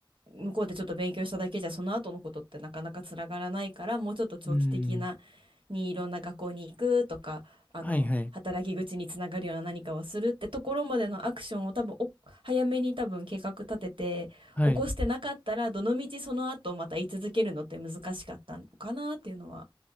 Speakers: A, on the right; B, on the left.
A: 向こうでちょっと勉強しただけじゃその後のことってなかなかつながらないからもうちょっと長期的な
B: うん、
A: にいろんな学校に行くとかあの働き口につながるような何かをするってところまでのアクションを多分お早めに多分計画立てて起こしてなかったらどのみちその後また居続けるのって難しかったのかなっていうのは
B: はい、はい。はい。